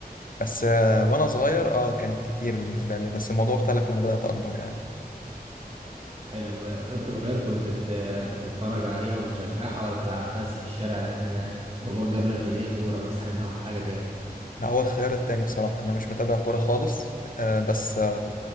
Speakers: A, on the left (about 60°); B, on the right (about 40°).
A: بس آه وانا صغير اه كانت كتير بالنسبة لي بس الموضوع اختلف لما بدأت اكبر يعني
B: حلو وانت صغير كنت بت... بتتفرج عليها وبتشجعها ولا بتلعب بس في الشارع لان باباك جاب لك هدية كورة <laughs> مثلا او حاجة كده
A: ده هو الخيار التاني بصراحة انا مش متابع كورة خالص آه بس